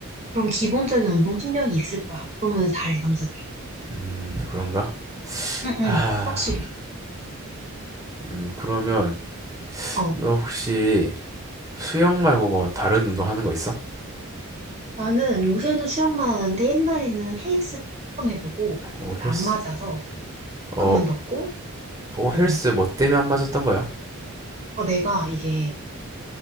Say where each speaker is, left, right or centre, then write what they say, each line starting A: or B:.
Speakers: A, on the right; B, on the right.
A: 그럼 기본적인 운동신경이 있을 거야. 그러면 잘해, 남자들은.
B: 음, 그런가?
A: 응, 응,
B: 아,
A: 확실히.
B: 음, 그러면
A: 어.
B: 너 혹시 수영 말고 뭐 다른 운동 하는 거 있어?
A: 나는 요새는 수영만 하는데 옛날에는 헬스 조금 해보고,
B: 어,
A: 근데
B: 헬스.
A: 안 맞아서
B: 어,
A: 그만뒀고,
B: 어,
A: 응,
B: 헬스
A: 응.
B: 뭐 때문에 안 맞았던 거야?
A: 아 내가 이게